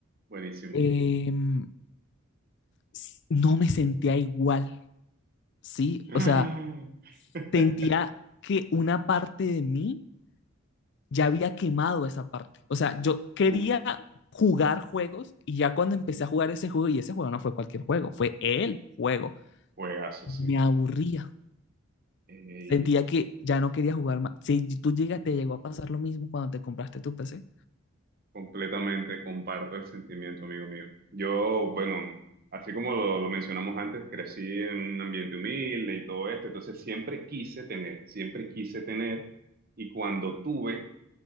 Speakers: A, on the right (about 45°); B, on the left (about 55°).
A: Buenísimo.
B: em, s- no me sentía igual, ¿sí?
A: Ah.
B: O sea,
A: <laughs>
B: sentía que una parte de mí ya había quemado esa parte. O sea, yo quería
A: Uf,
B: jugar juegos y ya cuando empecé a jugar ese juego, y ese juego no fue cualquier juego, fue el juego,
A: juegazo,
B: me
A: sí.
B: aburría.
A: Eh,
B: Sentía que ya no quería jugar más. Si tú llegas, te llegó a pasar lo mismo cuando te compraste tu PC.
A: completamente comparto el sentimiento, amigo mío. Yo, bueno, así como lo, lo mencionamos antes, crecí en un ambiente humilde y todo esto, entonces siempre quise tener, siempre quise tener, y cuando tuve,